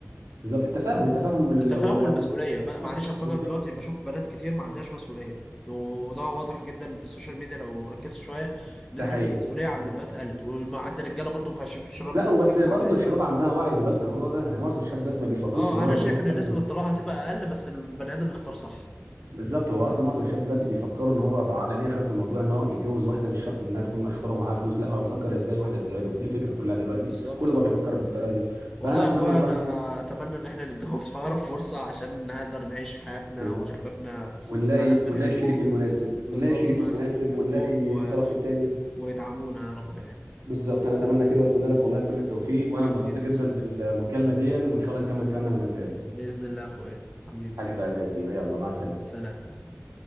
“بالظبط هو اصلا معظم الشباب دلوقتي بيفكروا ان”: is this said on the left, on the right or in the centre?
Right